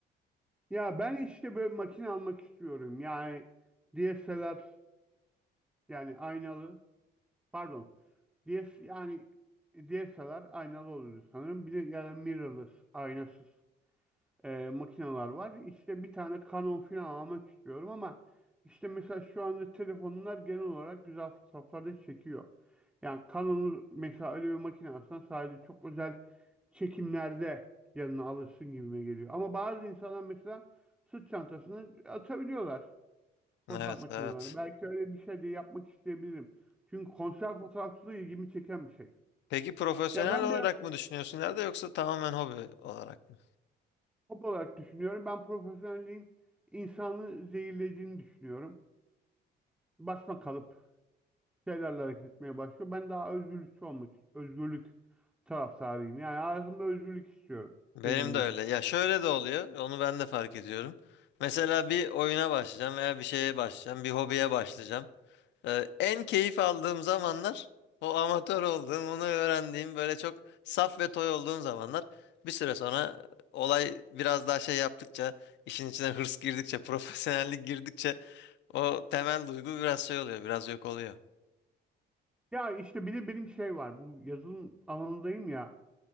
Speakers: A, in the centre; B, on the left.
A: Ya ben işte böyle makine almak istiyorum. Yani DSLR yani aynalı pardon. DS yani DSLR aynalı oluyor sanırım. Bir de ya da mirrorless aynasız. e, makineler var. İşte bir tane Canon falan almak istiyorum ama işte mesela şu anda telefonlar genel olarak güzel fotoğraflar da çekiyor. Yani Canon'u mesela öyle bir makine alsan sadece çok özel çekimlerde yanına alırsın gibime geliyor. Ama bazı insanlar mesela sırt çantasını atabiliyorlar
B: Evet,
A: fotoğraf makinelerine.
B: evet.
A: Belki öyle bir şey de yapmak isteyebilirim. Çünkü konser fotoğrafçılığı ilgimi çeken bir şey.
B: Peki profesyonel
A: Ya ben
B: olarak
A: biraz
B: mı düşünüyorsun ileride yoksa tamamen hobi olarak mı?
A: hobi olarak düşünüyorum. Ben profesyonelliğin insanı zehirlediğini düşünüyorum. basma kalıp şeylerle hareket etmeye başlıyor. Ben daha özgürlükçü olmak, özgürlük taraftarıyım. Yani hayatımda özgürlük istiyorum
B: Benim
A: dediğin
B: de
A: gibi.
B: öyle. Ya şöyle de oluyor. Onu ben de fark ediyorum. Mesela bir oyuna başlayacağım veya bir şeye başlayacağım, bir hobiye başlayacağım. Ee, en keyif aldığım zamanlar o amatör olduğum, onu öğrendiğim böyle çok saf ve toy olduğum zamanlar. Bir süre sonra olay biraz daha şey yaptıkça, işin içine hırs girdikçe, <laughs> profesyonellik girdikçe o temel duygu biraz şey oluyor, biraz yok oluyor.
A: Ya işte bir de benim şey var. Bu yazılım alanındayım ya.